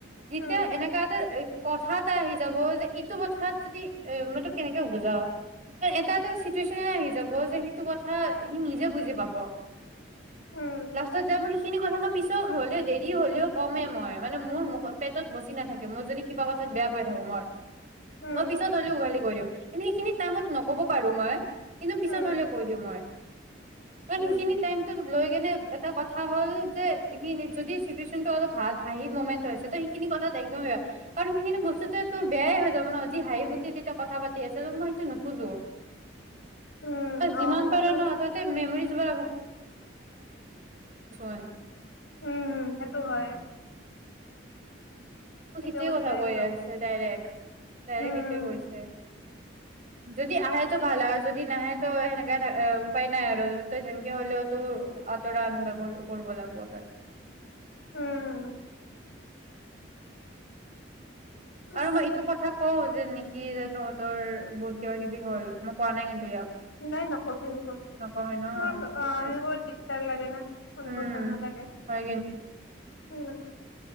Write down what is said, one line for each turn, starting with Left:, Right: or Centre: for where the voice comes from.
Right: যেতিয়া
Left: উম
Right: এনেকা এটা কথাত এটা আহি যাব যে ইটো কথাত যদি এ মই তোক কেনেকে বুজাও এটা এটা চিটুৱেশচনে আহি যাব যে সিটো কথা সি নিজে বুজি পাব
Left: উম
Right: লাষ্টত যায় মই সেই খিনি কথা মই পিছৰ হলেও দেৰি হলেও কমে মই মানে মোৰ মুখ পেটত বচি নাথাকে মই যদি কিবা কথাত বেয়া পাই থাকো মই
Left: উম
Right: মই পিছত হ'লেও উঘালি কই দিওঁ কিন্তু সেইখিনি কামত নক'ব পাৰোঁ মই। কিন্তু পিছত
Left: উম
Right: হ'লেও কৈ দিওঁ মই কাৰণ সেইখিনিত।
Left: উম
Right: লৈ কেনে এটা কথা হ'ল যে সি যদি চিটুৱেশচনটো অলপ ভাল হাঁহি মমেন্ট হৈছে ত সেইখিনি কথাত একদমেই কাৰণ সেইখিনি বস্তু তোৰ বেয়াই হৈ যাব ন যি হাঁহি ফুৰ্তি তেতিয়া কথা পাতি আছে ত মই সেইটো নোখোজোঁ।
Left: উম অ
Right: যিমান
Left: সেইটোতো
Right: পাৰে ন তাতে মেমৰিজ বা <inaudible>
Left: উম হম সেইটো হয়।
Right: মোক
Left: ঠিকে
Right: সিটোৱে
Left: কৈছা
Right: কথা
Left: সেইটো
Right: কৈ আছে ডাইৰেক্ট ডাইৰেক্ট
Left: উম
Right: সেইটোৱে কৈছে। যদি আহে টো ভাল আৰু যদি নাহে তো সেনেকাই এ উপায় নাই আৰু তই যেনেকে হ'লেও তো আঁতৰা আনিব কৰিব লাগিব তই।
Left: উম উফ
Right: আৰু মই এইটো কথা কওঁ যে নেকি যে তহঁতৰ বহুত কিবা কিবি হ'ল মই কোৱা নাই কিন্তু ইয়াক।
Left: নাই নকবি সেইবোৰ
Right: নকমে ন
Left: অতহ
Right: ঠিকে
Left: আহ সেইবোৰ
Right: আছে
Left: দিগদাৰ লাগে ন শুনিব
Right: উম
Left: ভাল নালাগে উম।
Right: হয়